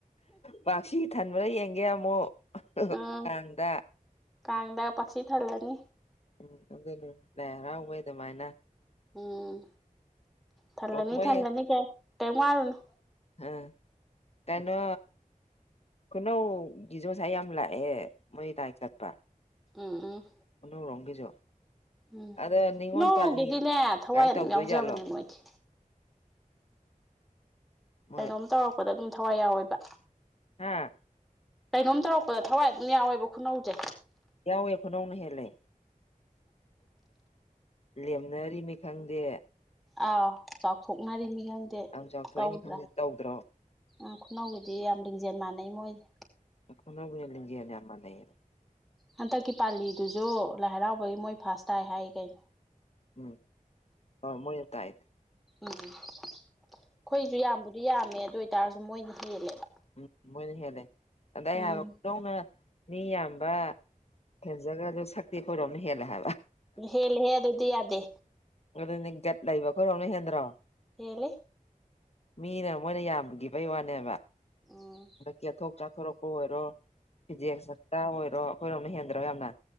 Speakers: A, on the left; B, in the centre.
A: ꯄꯥꯛꯁꯤ ꯊꯟꯕ꯭ꯔꯥ ꯌꯦꯡ ꯒꯦ ꯑꯃꯨꯛ
B: ꯎꯝ
A: ꯀꯥꯟꯗ
B: ꯀꯥꯡꯗ ꯄꯥꯛꯁꯤ ꯊꯜꯂꯅꯤ
A: ꯎꯝ ꯑꯗꯨ ꯂꯔꯕꯦ ꯑꯗꯨꯃꯥꯏꯅ
B: ꯎꯝ ꯊꯜꯂꯅꯤ
A: ꯑꯣ ꯃꯣꯏ
B: ꯊꯜꯂꯅꯤ ꯀꯩ ꯀꯩ ꯋꯥꯔꯨꯅꯣ
A: ꯑꯥ ꯀꯥꯏꯩꯅꯣ ꯀꯩꯅꯧ ꯖꯣꯁꯥꯏ ꯌꯥꯝ ꯂꯥꯛꯑꯦ ꯃꯣꯏ ꯇ ꯆꯠꯄ
B: ꯎꯝ ꯎꯝ
A: ꯑꯣꯅ ꯔꯪꯒꯤꯖꯣ
B: ꯎꯝ
A: ꯑꯗꯣ ꯅꯤꯉꯣꯜ
B: ꯈꯨꯅꯧꯔꯣꯝꯒꯤꯗꯤꯅꯦ
A: ꯄꯥꯜꯂꯤ
B: ꯊꯋꯥꯏ
A: ꯀꯥꯏ
B: ꯑꯗꯨꯝ
A: ꯇꯧꯗꯣꯏꯖꯥꯠꯂꯣ
B: ꯌꯥꯎꯖꯕꯅꯦ ꯃꯣꯏꯗꯤ
A: ꯃꯣꯏ
B: ꯀꯩꯅꯣꯝ ꯇꯧꯔꯛꯄꯗ ꯑꯗꯨꯝ ꯊꯋꯥꯏ ꯌꯥꯎꯋꯦꯕ
A: ꯍꯥꯝ
B: ꯀꯩꯅꯣꯝ ꯇꯧꯔꯛꯄꯗ ꯊꯋꯥꯏ ꯑꯗꯨꯝ ꯌꯥꯎꯋꯦꯕ ꯈꯨꯅꯧꯁꯦ
A: ꯌꯥꯎꯋꯦ ꯈꯨꯅꯧꯅ ꯍꯦꯜꯂꯦ ꯂꯦꯝꯅꯔꯤꯅꯤ ꯈꯪꯗꯦ
B: ꯑꯥꯎ ꯆꯥꯎꯊꯣꯛꯅꯔꯤꯅꯤ ꯈꯪꯗꯦ
A: ꯑꯕ ꯆꯥꯎꯊꯣꯛꯏꯅꯤ
B: ꯇꯧꯗ꯭ꯔꯥ
A: ꯈꯪꯗꯦ ꯇꯧꯗ꯭ꯔꯣ
B: ꯎꯝ ꯈꯨꯅꯧꯒꯤꯗꯤ ꯌꯥꯝ ꯂꯤꯡꯖꯦꯜ ꯃꯥꯟꯅꯩ ꯃꯣꯏꯁꯦ
A: ꯀꯅꯕꯨ ꯌꯥ ꯂꯖꯌꯥꯅꯤ ꯑꯃ ꯂꯩꯔ
B: ꯍꯟꯗꯛꯀꯤ ꯄꯥꯜꯂꯤꯗꯨꯁꯨ ꯂꯥꯏ ꯍꯔꯥꯎꯕꯒꯤ ꯃꯣꯏ ꯐꯥꯁ ꯇꯥꯏ ꯍꯥꯏ ꯀꯩꯅꯣ
A: ꯎꯝ ꯍ ꯃ ꯇꯥꯏꯗꯤ
B: ꯎꯝ ꯑꯩꯈꯣꯏꯁꯨ ꯌꯥꯝꯕꯗꯤ ꯌꯥꯝꯃꯦ ꯑꯗꯨ ꯑꯣꯏꯇꯥꯔꯁꯨ ꯃꯣꯏꯅ ꯍꯦꯜꯂꯦꯕ
A: ꯎꯝ ꯃꯣꯏꯅ ꯍꯦꯂꯦ ꯑꯗ ꯑꯩ
B: ꯎꯝ
A: ꯍꯥꯏꯕꯅ ꯃꯤ ꯌꯥꯝꯕ ꯊꯦꯟꯖꯈ꯭ꯔꯁꯨ ꯁꯛꯇꯤ ꯑꯩꯈꯣꯏꯔꯣꯝꯅ ꯍꯦꯜꯂꯦ ꯍꯥꯏꯕ
B: ꯍꯦꯜꯂꯦꯍꯦ ꯑꯗꯨꯗꯤ ꯌꯥꯗꯦ
A: ꯑꯗꯨꯅꯤ ꯒꯠ ꯂꯩꯕ ꯈꯈꯣꯏꯥꯎꯅ ꯍꯦꯟꯗ꯭ꯔꯣ
B: ꯃꯦꯂꯦ
A: ꯃꯤꯅ ꯃꯣꯏꯅ ꯌꯥꯝꯕꯒꯤ ꯐꯩ ꯋꯥꯅꯦꯕ
B: ꯎꯝ
A: ꯑꯗ ꯆꯦꯊꯣꯛ ꯆꯥꯊꯣꯔꯛꯄ ꯑꯣꯏꯔꯣ ꯐꯤꯖꯦꯛꯛꯇ ꯑꯣꯏꯔꯣ ꯍꯣꯏꯔꯣꯝ ꯍꯦꯟꯗ꯭ꯔꯣ ꯌꯥꯝꯅ